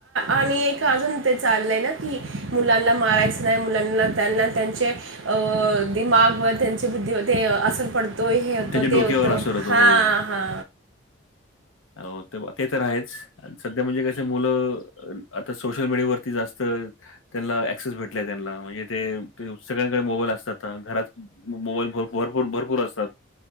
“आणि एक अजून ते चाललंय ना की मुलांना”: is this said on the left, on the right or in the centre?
Right